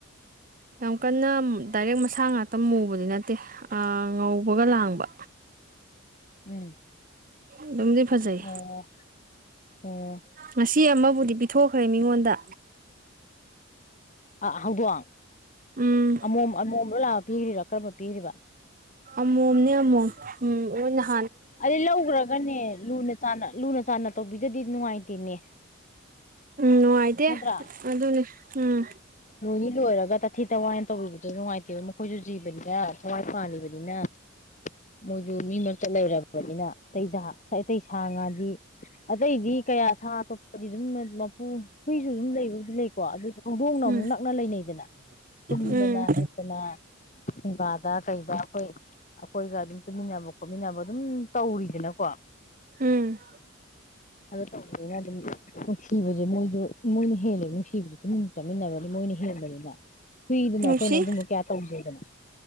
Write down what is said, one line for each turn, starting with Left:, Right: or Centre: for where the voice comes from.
Right: ꯌꯥꯝ ꯀꯟꯅ ꯗꯥꯏꯔꯦꯛ ꯃꯁꯥ ꯉꯥꯛꯇ ꯃꯨꯕꯗꯤ ꯅꯠꯇꯦ ꯑꯥ ꯉꯧꯕꯒ ꯂꯥꯡꯕ
Left: ꯎꯝ
Right: ꯑꯗꯨꯝꯗꯤ ꯐꯖꯩ
Left: ꯑꯣ ꯑꯣ
Right: ꯉꯁꯤ ꯑꯃꯕꯨꯗꯤ ꯄꯤꯊꯣꯛꯈ꯭ꯔꯦ ꯃꯤꯉꯣꯟꯗ
Left: ꯑ ꯍꯧꯗꯣꯡ
Right: ꯎꯝ
Left: ꯑꯃꯣꯝ ꯑꯃꯣꯝꯗ ꯂꯥꯛꯑ ꯄꯤꯈ꯭ꯔꯤꯕꯔꯥ ꯀꯔꯝꯕ ꯄꯤꯈ꯭ꯔꯤꯕ
Right: ꯑꯃꯃꯣꯝꯅꯤ ꯑꯃꯃꯣ ꯎꯝ ꯑꯣ
Left: ꯑꯗꯩ ꯂꯧꯈ꯭ꯔꯒꯅꯦ ꯂꯨꯅ ꯆꯥꯟꯅ ꯂꯨꯅ ꯆꯥꯟꯅ ꯇꯧꯕꯤꯗꯗꯤ ꯅꯨꯡꯉꯥꯏꯇꯦꯅꯦ
Right: ꯎꯝ ꯅꯨꯡꯉꯥꯏꯇꯦ
Left: ꯅꯠꯇ꯭ꯔꯥ
Right: ꯑꯗꯨꯅꯤ ꯎꯝ
Left: ꯂꯣꯏꯅꯤ ꯂꯣꯏ ꯑꯣꯏꯔꯒ ꯇꯊꯤ ꯇꯋꯥꯅ ꯇꯧꯕꯤꯕꯗ ꯅꯨꯡꯉꯥꯏꯇꯦꯕ ꯃꯈꯣꯏꯁꯨ ꯖꯤꯕꯅꯤꯅ ꯊꯋꯥꯏ ꯄꯥꯟꯕꯥꯜꯂꯤꯕꯅꯤꯅ ꯃꯣꯏꯁꯨ ꯃꯤ ꯃꯔꯛꯇ ꯂꯩꯔꯕꯅꯤꯅ ꯑꯇꯩ ꯑꯇꯩ ꯁꯥ ꯉꯥꯗꯤ ꯑꯇꯩꯗꯤ ꯀꯌꯥ ꯁꯥ ꯑꯇꯣꯞꯄꯗꯤ ꯑꯗꯨꯝ ꯃꯄꯨ ꯍꯨꯏꯁꯨ ꯑꯗꯨꯝ ꯂꯩꯕꯕꯨꯗꯤ ꯂꯩꯀꯣ ꯑꯗꯨꯗꯤ ꯈꯣꯡꯗꯣꯡꯅꯕ
Right: ꯎꯝ
Left: ꯅꯛꯅ ꯂꯩꯅꯩꯗꯅ ꯆꯟꯗꯅ
Right: ꯎꯝ
Left: ꯍꯤꯛꯇꯅ ꯍꯨꯡꯒꯥꯗ ꯀꯩꯗ ꯑꯩꯈꯣꯏ ꯑꯩꯈꯣꯏꯒ ꯑꯗꯨꯝ ꯇꯨꯃꯤꯟꯅꯕ ꯈꯣꯠꯃꯤꯟꯅꯕ ꯑꯗꯨꯝ ꯇꯧꯔꯤꯗꯅꯀꯣ
Right: ꯎꯝ
Left: ꯑꯗꯨ ꯇꯧꯕꯅꯤꯩꯅ ꯑꯗꯨꯝ ꯅꯨꯡꯁꯤꯕꯁꯦ ꯃꯣꯏꯁꯨ ꯃꯣꯏꯅ ꯍꯦꯜꯂꯦ ꯅꯨꯡꯁꯤꯕꯁꯦ ꯇꯨꯃꯤꯟꯅ ꯆꯥꯃꯤꯟꯅꯕ ꯄꯨꯨ ꯂꯩꯅ ꯍꯨꯏꯗꯅ
Right: ꯅꯨꯡꯁꯤ
Left: ꯑꯩꯈꯣꯏꯅ ꯑꯗꯨꯝꯕꯨ ꯀꯌꯥ ꯇꯧꯗꯦꯗꯅꯣ